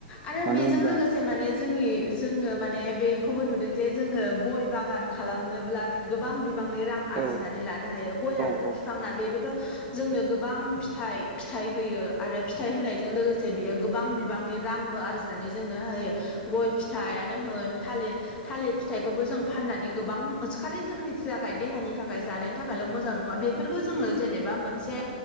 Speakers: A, on the left (about 20°); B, on the right (about 15°).
A: आरो
B: मानो
A: बेजों
B: होनब्ला
A: लोगोसे माने जोंनि जों माने बेखौबो नुदों जे जोङो गय बागान खालामनोब्लादि गोबां बि बांनि रां आरजिनानै
B: औ
A: लानो हायो गयाबोथ'
B: औ औ
A: फिफांना बेबोथ' जोंनो गोबां थाइ फिथाइ होयो आरो फिथाइ होनायजों लोगोसे बियो गोबां बिबांनि रांबो आरजि नानै जोंनो होयो गय फिथाइयानो होन थालि थालिर फिथाइखौबो जों फाननानै गोबां खालि जोंनि थाखाय देहानि थाखाय जानायनि थाखायल' मोजां नङा बेफोरखौ जोङो जेनेबा मोनसे